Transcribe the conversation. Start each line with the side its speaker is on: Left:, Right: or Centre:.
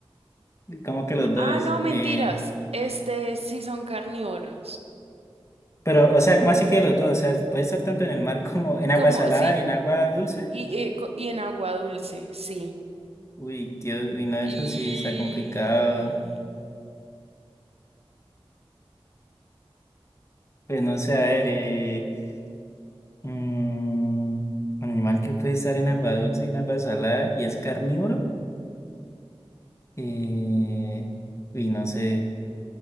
Left: Como que los
Right: Ah,
Left: dos.
Right: no, mentiras.
Left: Eh,
Right: Este sí son carnívoros.
Left: pero, o sea, ¿cómo así que los dos? O sea, puede estar tanto en el mar <laughs> como en
Right: Como,
Left: agua salada
Right: sí,
Left: y en agua dulce.
Right: y, y co- y en agua dulce, sí.
Left: Uy, Dios, uy, no, eso
Right: Y
Left: sí está complicado. Pues no sé, a ver, eh, mm, un animal que puede estar en agua dulce y en agua salada y es carnívoro. Eh, uy, no sé.